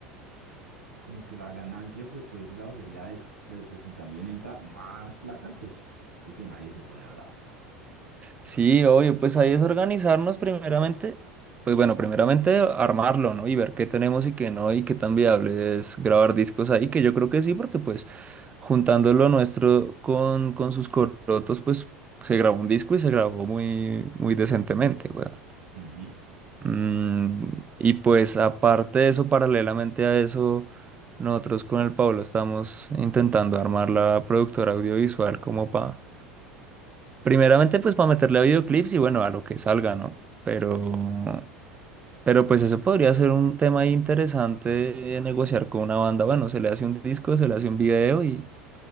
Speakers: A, on the right (about 85°); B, on the right (about 20°).
A: como que la ganancia, pues por ese lado sería esa. Pero pues si también entra más plata, pues creo que nadie se pone bravo.
B: Sí, obvio, pues ahí es organizarnos primeramente, pues bueno, primeramente armarlo, ¿no? Y ver qué tenemos y qué no, y qué tan viable es grabar discos ahí, que yo creo que sí, porque pues juntando lo nuestro con, con sus corotos, pues se grabó un disco y se grabó muy, muy decentemente, weón.
A: Ujú,
B: Mm, y pues aparte de eso, paralelamente a eso, nosotros con el Pablo estamos intentando armar la productora audiovisual como para Primeramente, pues para meterle a videoclips y bueno, a lo que salga, ¿no? Pero, pero pues eso podría ser un tema ahí interesante de negociar con una banda. Bueno, se le hace un disco, se le hace un video y,